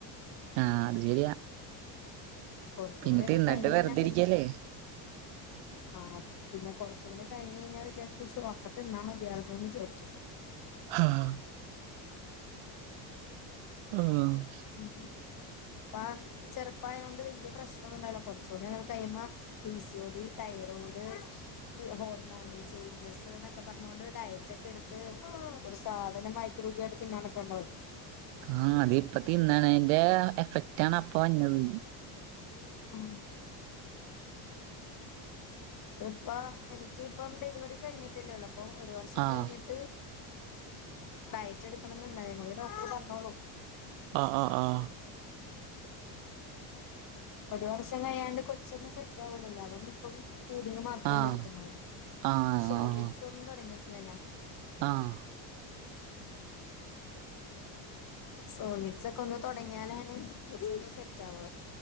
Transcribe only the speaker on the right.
ആഹ് അത് ശരിയാ
പിന്നെ
തിന്നിട്ട്
വെറുതെരിക്കല്ലേ?
<inaudible>
ആഹ് ആഹ്
ആ അത് ഇപ്പ തിന്നണേന്റെ എഫക്റ്റ ആണ് അപ്പ വഞ്ഞത്.
ആഹ്
ആഹ് ആഹ് ആഹ്
ആഹ്
ആഹ് ആഹ്
ആഹ്
ആഹ്